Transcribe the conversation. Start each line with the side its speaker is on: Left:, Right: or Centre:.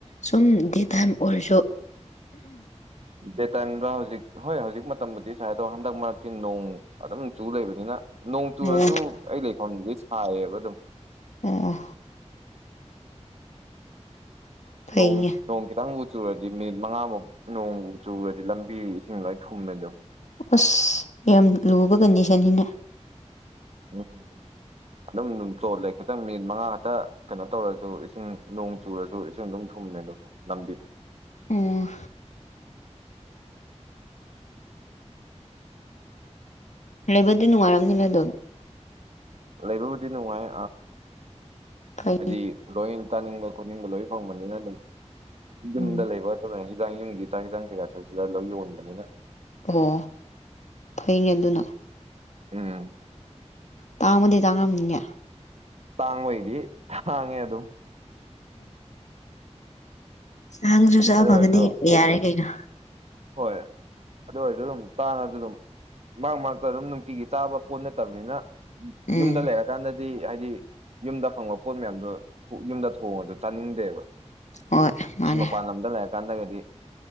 Left: ꯁꯨꯝ ꯗꯤ ꯇꯥꯏꯝ ꯑꯣꯏꯔꯁꯨ
Right: ꯗꯦ ꯇꯥꯏꯝꯗ ꯍꯧꯖꯤꯛ ꯍꯣꯏ ꯍꯧꯖꯤꯛ ꯃꯇꯝꯕꯨꯗꯤ ꯁꯥꯏ ꯑꯗꯣ ꯍꯟꯗꯛ ꯃꯔꯛꯇꯤ ꯅꯣꯡ ꯑꯗꯨꯝ ꯆꯨ ꯂꯩꯕꯅꯤꯅ ꯅꯣꯡ ꯆꯨꯔꯁꯨ
Left: ꯑꯣ
Right: ꯑꯩ ꯂꯩꯐꯝꯗꯨꯗꯤ ꯁꯥꯏꯌꯦꯕ ꯑꯗꯨꯝ
Left: ꯑꯣ ꯐꯩꯅꯦ
Right: ꯣꯡ ꯅꯣꯡ ꯇꯪ ꯆꯨꯔꯗꯤ ꯃꯤꯅꯤꯠ ꯃꯉꯥꯃꯨꯛ ꯅꯣꯡꯃꯨ ꯆꯨꯔꯗꯤ ꯂꯝꯕꯤ ꯏꯁꯤꯡ ꯂꯣꯏ ꯊꯨꯝꯃꯦ ꯑꯗꯨꯣ
Left: ꯑꯁ ꯌꯥꯝ ꯂꯨꯕ ꯀꯟꯗꯤꯁꯟꯅꯤꯅꯦ
Right: ꯎꯝ
Left: <unintelligible>
Right: ꯑꯗꯨꯝ ꯑꯗꯨꯝ ꯆꯣꯜꯂꯦ ꯈꯤꯇꯪ ꯃꯤꯅꯤꯠ ꯃꯉꯥ ꯈꯛꯇ ꯀꯩꯅꯣ ꯇꯧꯔꯁꯨ ꯏꯁꯤꯡ ꯅꯣꯡ ꯆꯨꯔꯁꯨ ꯏꯁꯤꯡ ꯑꯗꯨꯝ ꯊꯨꯡ ꯃꯦ ꯑꯗꯨ ꯅꯝꯗꯤ
Left: ꯑꯣꯝ ꯂꯩꯕꯗꯤ ꯅꯨꯡꯉꯥꯏꯔꯝꯅꯤꯅꯦꯗꯣ
Right: ꯂꯩꯕꯕꯨꯗꯤ ꯅꯨꯡꯉꯥꯏ
Left: ꯐꯩ
Right: ꯍꯥꯏꯗꯤ ꯂꯣꯏ ꯇꯥꯅꯤꯡꯕ ꯈꯣꯠꯅꯤꯡꯕ ꯂꯣꯏ ꯐꯪꯕꯅꯤꯅ ꯑꯗꯨꯝ ꯌꯨꯝꯗ
Left: ꯎꯝ
Right: ꯂꯩꯕ ꯁꯤꯗ ꯌꯨꯝꯒꯤ ꯆꯥꯡ ꯈꯤꯗꯪ ꯀꯩꯀꯥꯁꯨ ꯁꯤꯗ ꯂꯧ ꯌꯣꯟꯕꯅꯤꯅ
Left: ꯑꯣ ꯐꯩꯅꯦ ꯑꯗꯨꯅ
Right: ꯎꯝ
Left: ꯇꯥꯡꯉꯕꯗꯤ ꯇꯥꯡꯉꯝꯅꯤꯉ
Right: ꯇꯥꯡꯕꯩꯗꯤ ꯇꯥꯡꯉꯦ ꯑꯗꯨꯝ
Left: ꯅꯍꯥꯡꯁꯨ ꯆꯥꯕ
Right: ꯑꯗꯨ
Left: ꯐꯪꯉꯗꯤ
Right: ꯑꯣꯏꯔꯁꯨ
Left: ꯌꯥꯔꯦ ꯀꯩꯅꯣ
Right: ꯍꯣꯏ ꯑꯗꯨ ꯑꯣꯏꯔꯗꯤ ꯑꯗꯨꯝ ꯇꯥꯅꯁꯨ ꯑꯗꯨꯝ ꯃꯛ ꯃꯛꯇ ꯑꯗꯨꯝ ꯅꯨꯡꯇꯤꯒꯤ ꯇꯥꯕ ꯄꯣꯠ ꯅꯠꯇꯕꯅꯤꯅ
Left: ꯎꯝ
Right: ꯌꯨꯝꯗ ꯂꯩꯔꯀꯥꯟꯗꯗꯤ ꯍꯥꯏꯗꯤ ꯌꯨꯝꯗ ꯐꯪꯕ ꯄꯣꯠ ꯃꯌꯥꯝꯗꯣ ꯌꯨꯝꯗ ꯊꯣꯡꯉꯗ ꯆꯥꯅꯤꯡꯗꯦꯕ
Left: ꯍꯣꯏ ꯃꯥꯅꯦ
Right: ꯆ ꯃꯄꯥꯟ ꯂꯝꯗ ꯂꯩꯔ ꯀꯥꯟꯗꯒꯗꯤ